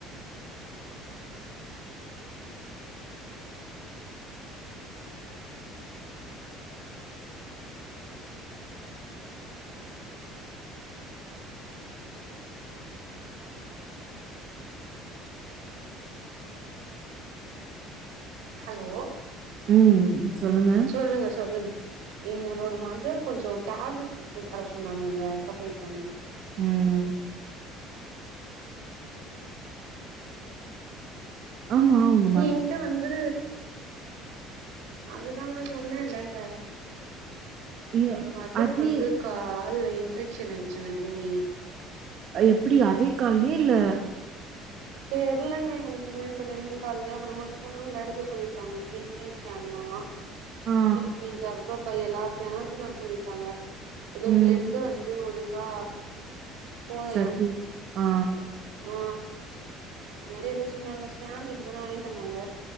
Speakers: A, on the right; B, on the right.
A: ஹலோ
B: ம் சொல்லுங்க
A: சொல்லுங்க சொல்லுங்க எங்களோட மதர் கொஞ்சோ டேப்லெட் எத்து தர சொன்னாங்கங்க அதா போயிட்டு வந்த
B: ம் ஆமா உங்
A: நீ எங்க்ட்ட வந்து அதுதாங்க சொன்னேலேங்க
B: ஏ
A: எங்க மதருக்
B: அதே
A: வந்து கால்ல இன்ஃபெக்ஷன் ஆய்ச்சுங்க திரும்பி
B: அ எப்படி அதே கால்யா இல்ல
A: தெர்லங்க எனக்கு என்னட்டு ரெண்டு கால்யு அப்புறமா ஸ்கேன்ல எடுக்க சொல்லிருக்காங்க கி ட்னி ஸ்கேன்லா
B: ஆ
A: இப் நீங் கர்ப்பப்பை எல்லா ஸ்கேனு எத்துன் வர சொல்லிருக்காங்க எதோ
B: ம்
A: பிளட் வந்து ஒழுங்கா போலையா
B: சட் உ ஆ
A: ஆ மரி ஏதோ சொன்னாங்க ஸ்கேன் இப்பதானே வாங்கிட்டு வந்தாங்க